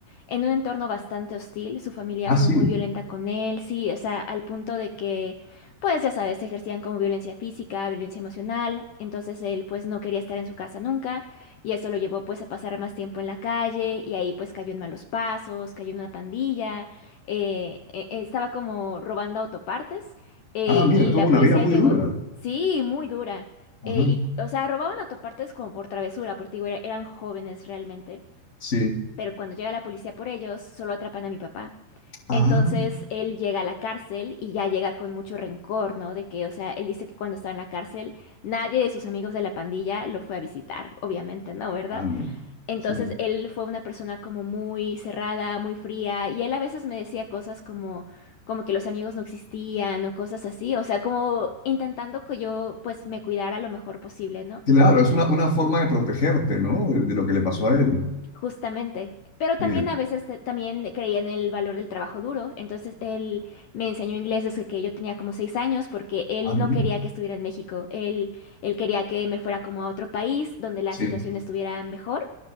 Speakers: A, on the left; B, on the left.
A: en un entorno bastante hostil. Su familia
B: Ah,
A: fue
B: sí.
A: muy violenta con él, sí, o sea, al punto de que, pues ya sabes, ejercían como violencia física, violencia emocional. Entonces él pues no quería estar en su casa nunca. Y eso lo llevó pues a pasar más tiempo en la calle y ahí pues cayó en malos pasos, cayó en una pandilla, eh, eh, eh, estaba como robando autopartes eh,
B: Ah, mira,
A: y
B: tuvo
A: la
B: una
A: policía
B: vida muy
A: llegó,
B: dura.
A: sí, muy dura.
B: Ajá,
A: eh, y, o sea, robaban autopartes como por travesura, porque digo, era- eran jóvenes realmente,
B: sí.
A: pero cuando llega la policía por ellos, solo atrapan a mi papá.
B: Ah,
A: Entonces él llega a la cárcel y ya llega con mucho rencor, ¿no? De que, o sea, él dice que cuando estaba en la cárcel, nadie de sus amigos de la pandilla lo fue a visitar, obviamente, ¿no? ¿Verdad?
B: Ah, no.
A: Entonces
B: Sí.
A: él fue una persona como muy cerrada, muy fría, y él a veces me decía cosas como, como que los amigos no existían o cosas así, o sea, como intentando que yo pues me cuidara lo mejor posible, ¿no?
B: Claro, es una, una forma de protegerte, ¿no? De, de lo que le pasó a él.
A: Justamente. Pero también
B: Mira.
A: a veces te- también creía en el valor del trabajo duro, entonces él me enseñó inglés desde que yo tenía como seis años porque él
B: Ah,
A: no
B: mira.
A: quería que estuviera en México, él, él quería que me fuera como a otro país donde la
B: Sí,
A: situación estuviera mejor.